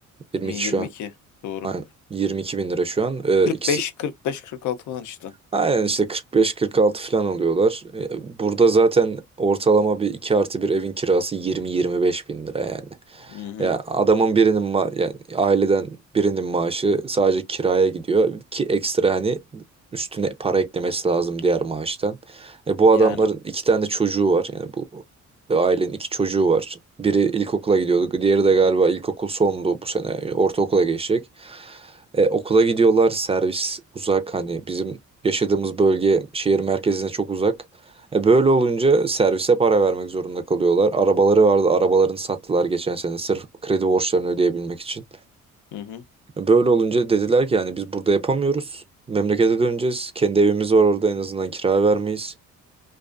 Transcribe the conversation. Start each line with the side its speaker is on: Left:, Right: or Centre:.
Right: 22
Left: 22
Right: şu an
Left: doğru.
Right: aynen, 22 bin lira şu an. E,
Left: kırk
Right: ikisi
Left: kırk beş, kırk beş, kırk altı falan işte.
Right: Aynen işte 45-46 falan alıyorlar. E, Burada zaten ortalama bir 2 artı bir evin kirası 20-25 bin lira yani.
Left: Hı hı.
Right: Ya adamın birinin ma- yani aileden birinin maaşı sadece kiraya gidiyor ki ekstra hani üstüne para eklemesi lazım diğer maaştan. E bu adamların
Left: Yani.
Right: iki tane çocuğu var yani bu ailenin iki çocuğu var. Biri ilkokula gidiyordu, diğeri de galiba ilkokul sondu bu sene ortaokula geçecek. E, okula gidiyorlar servis uzak hani bizim yaşadığımız bölge şehir merkezine çok uzak. E böyle olunca servise para vermek zorunda kalıyorlar. Arabaları vardı, arabalarını sattılar geçen sene sırf kredi borçlarını ödeyebilmek için.
Left: Hı hı.
Right: E Böyle olunca dediler ki yani biz burada yapamıyoruz. Memlekete döneceğiz. Kendi evimiz var orada en azından kira vermeyiz.